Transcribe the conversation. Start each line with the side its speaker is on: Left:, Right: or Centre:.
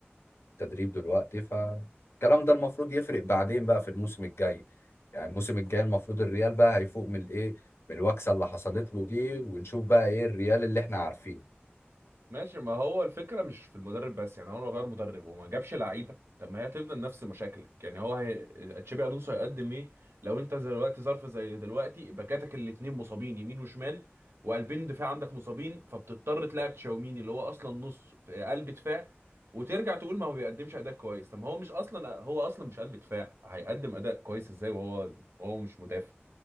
Left: التدريب دلوقتي فالكلام ده المفروض يفرق بعدين بقى في الموسم الجاي يعني الموسم الجاي المفروض الريال بقى هيفوق من الإيه من الوكسة اللي حصلت له دي ونشوف بقى إيه الريال اللي إحنا عارفينه
Right: ماشي ما هو الفكرة مش في المدرب بس يعني هو لو غير مدرب وما جابش لعيبة طب ما هي هتفضل نفس مشاكلك يعني هو هي... تشابي ألونسو هيقدم ايه لو انت زي دلوقتي ظرف زي دلوقتي باكاتك الاتنين مصابين يمين وشمال وقلبين دفاع عندك مصابين فبتضطر تلعب تشاوميني اللي هو اصلا نص في قلب دفاع وترجع تقول ما هو بيقدمش اداء كويس طب ما هو مش اصلا هو اصلا مش قلب دفاع هيقدم اداء كويس ازاي وهو هو مش مدافع